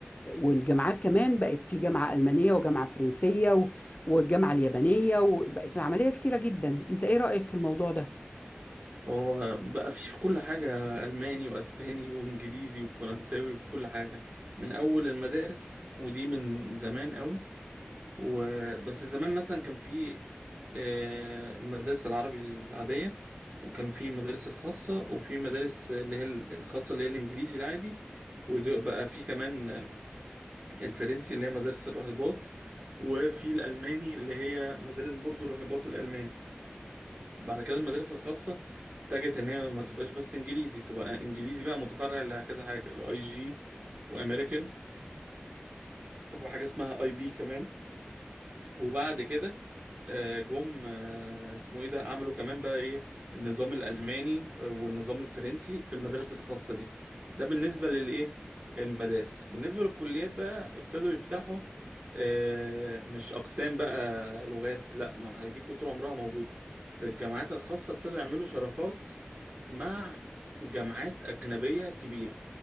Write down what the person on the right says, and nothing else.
هو بقى في في كل حاجة ألماني وأسباني وإنجليزي وفرنساوي وفي كل حاجة من أول المدارس ودي من زمان قوي وبس زمان مثلا كان في آه، المدارس العربي العادية وكان في المدارس الخاصة وفي مدارس اللي هي ال- الخاصة اللي هي الإنجليزي العادي وبقى في كمان آه، الفرنسي اللي هي مدارس الراهبات وفي الألماني اللي هي مدارس برضو الراهبات الألماني بعد كده المدارس الخاصة اتجهت ان هي ما تبقاش بس انجليزي تبقى انجليزي بقى متفرع لكذا حاجة لاي جي وامريكان وحاجة اسمها اي بي كمان وبعد كده آه، جم آه، اسمه ايه ده عملوا كمان بقى ايه النظام الالماني آه، والنظام الفرنسي في المدارس الخاصه دي ده بالنسبه للايه المدارس بالنسبه للكليات بقى ابتدوا يفتحوا آه، مش اقسام بقى لغات لا ما هي دي كنت طول عمرها موجوده في الجامعات الخاصه ابتدوا يعملوا شراكات مع جامعات اجنبيه كبيره